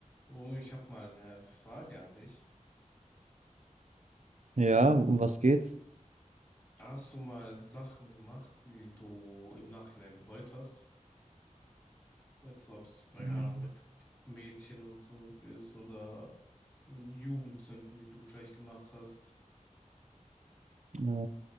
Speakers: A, on the left (about 20°); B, on the right (about 60°).
A: Oh, ich habe mal eine Frage an dich.
B: Ja, um was geht's?
A: Hast du mal Sachen gemacht, die du im Nachhinein bereut hast? Jetzt, ob es, keine
B: Mhm.
A: Ahnung, mit Mädchen und so ist oder so Jugendsünden, die du vielleicht gemacht hast.
B: Äh,